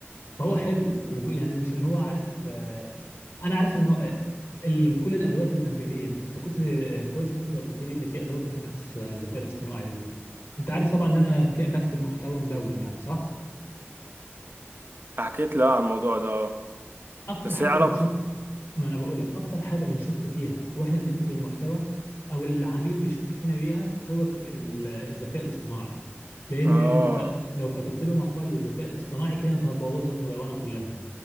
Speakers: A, on the left (about 60°); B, on the right (about 50°).
A: فهو حلو ويعني مش اللي هو عارف آه، انا عارف المو... آه، ال... كل الادوات المجانيه انت كنت آه، كويس ان انت قلت لي ان في ادوات بتبحث عن الذكاء الاصطناعي دي انت عارف طبعا ان انا ك... بكتب محتوى مدون يعني صح
B: حكيت له على الموضوع ده اه
A: اكتر
B: بس
A: حاجه
B: ايه علاقته
A: بنشك ما انا بقول لك اكتر حاجه بنشك فيها واحنا بنكتب المحتوى او العميل بيشك فينا بيها هو الت- ال- الذكاء الاصطناعي لان
B: اه
A: انت لو كتبت له مقال بالذكاء الاصطناعي كده انت هتبوظ المدونه كلها